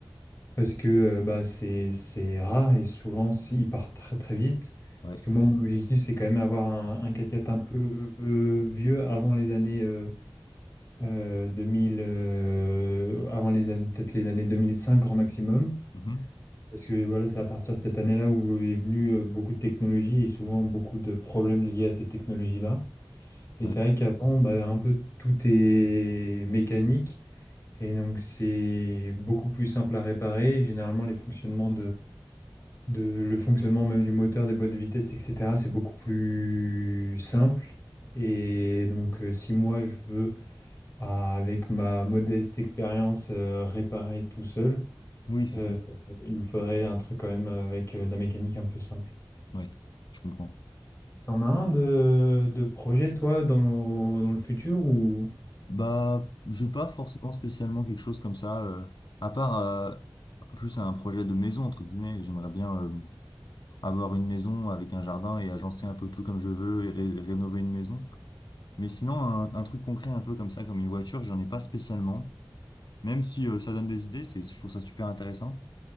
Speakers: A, on the left; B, on the left.
A: Parce que euh, bah, c'est, c'est rare et souvent si- ils partent très très vite.
B: ouais.
A: Parce que moi, mon objectif, c'est quand même avoir un, un quatre x un peu euh, vieux avant les années euh, euh, 2000, euh, avant les, an- peut-être les années 2005 grand maximum.
B: Mhm.
A: Parce que voilà, c'est à partir de cette année-là où est venu euh, beaucoup de technologies et souvent beaucoup de problèmes liés à cette technologie-là. Et
B: Ouais.
A: c'est vrai qu'avant, bah, un peu tout est mécanique. Et donc, c'est beaucoup plus simple à réparer. Généralement, les fonctionnements de le fonctionnement même du moteur, des boîtes de vitesse, etc. C'est beaucoup plus simple. Et donc, euh, si moi je veux, à- avec ma modeste expérience, euh, réparer tout seul,
B: Oui, c'est
A: euh,
B: faisable.
A: il me faudrait un truc quand même avec euh, de la mécanique un peu simple.
B: Oui, je comprends.
A: T'en as un de, de projet, toi, dans le, dans le futur ou...
B: Bah, j'ai pas forcément spécialement quelque chose comme ça, euh, à part euh, plus un projet de maison, entre guillemets. J'aimerais bien euh, avoir une maison avec un jardin et agencer un peu tout comme je veux et ré- rénover une maison. Mais sinon, un, un truc concret un peu comme ça, comme une voiture, j'en ai pas spécialement. Même si euh, ça donne des idées, c'est, je trouve ça super intéressant.